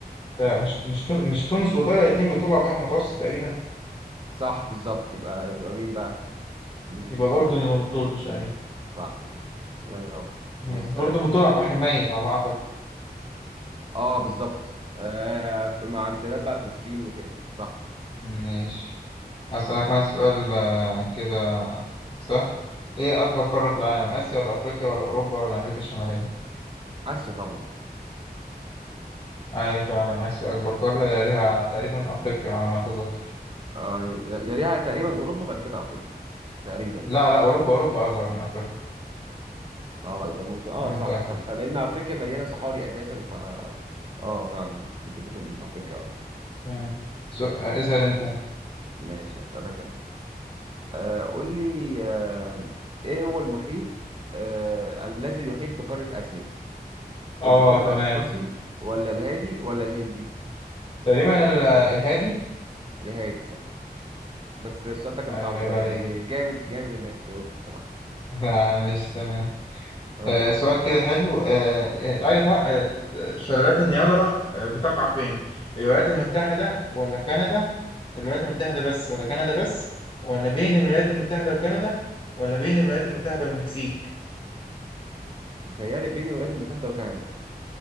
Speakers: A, on the left (about 30°); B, on the right (about 35°).
A: تا- مش مش تون- مش تونس وطالع اتنين بيطلعوا على البحر المتوسط تقريبا
B: صح بالظبط يبقى يبقى مين بقى؟ مش
A: يبقى
B: بتقول
A: الأردن اللي ما بتطولش أيوة
B: صح كده الله ينور ماشي
A: آه.
B: اسألني
A: الأردن بتطلع على البحر الميت على ما أعتقد
B: اه بالظبط آه مع امتداد بقى فلسطين وكده صح
A: ماشي هسألك أنا سؤال آه، كده سهل إيه أكبر قارة في العالم آسيا ولا أفريقيا ولا أوروبا ولا أمريكا الشمالية
B: آسيا طبعا
A: أيوة فعلا آسيا أكبر قارة يا ليها تقريبا أفريقيا على ما أتذكر
B: اه يليها تقريبا أوروبا بعد كده أفريقيا تقريبا
A: لا لا أوروبا أوروبا أصغر من أفريقيا
B: اه يبقى ممكن اه
A: أنا متأكد
B: صح صح لأن أفريقيا مليانة صحاري أساسا ف اه فعلا ممكن تكون من أفريقيا أوي
A: تمام سو... آه، اسأل انت
B: ماشي هسألك أنا آه قول لي آه إيه هو المحيط آه الذي يحيط بقارة آسيا؟
A: اه
B: المحيط الأطلسي
A: تمام
B: ولا الهادي ولا الهندي
A: تقريبا ال- الهادي
B: الهادي صح بس السؤال ده كان
A: ايوه
B: صعب
A: عيب
B: بقى،
A: عليك
B: يعني جامد جامد إنك جاوبت بصراحة
A: <laughs> لا مش تمام
B: قول
A: آه
B: لي
A: سؤال كده حلو آه آه، اي ط- آه، شلالات النياجرا آه، بتقع فين الولايات المتحدة ولا كندا الولايات المتحدة بس ولا كندا بس ولا بين الولايات المتحدة وكندا ولا بين الولايات المتحدة والمكسيك
B: متهيألي بين الولايات المتحدة وكندا